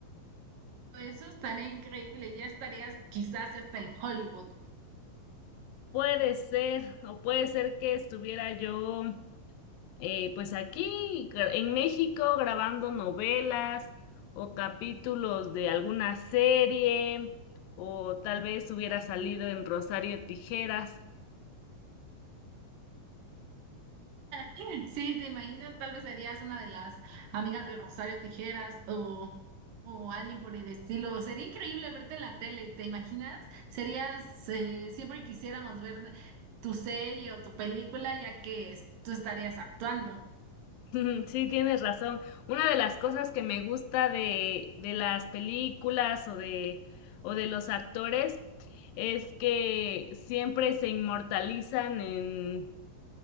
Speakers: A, on the right; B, on the left.
A: eso? Estaría increíble, ya estarías quizás hasta en Hollywood.
B: Puede ser, o puede ser que estuviera yo, eh, pues aquí gra- en México grabando novelas o capítulos de alguna serie, o tal vez hubiera salido en Rosario Tijeras.
A: <laughs> Sí, te imaginas, tal vez serías una de las amigas de Rosario Tijeras o, o alguien por el estilo. Sería increíble verte en la tele, ¿te imaginas? Serías, eh, siempre quisiéramos ver tu serie o tu película ya que es- tú estarías actuando.
B: <laughs> Sí, tienes razón. Una de las cosas que me gusta de, de las películas o de, o de los actores es que siempre se inmortalizan en,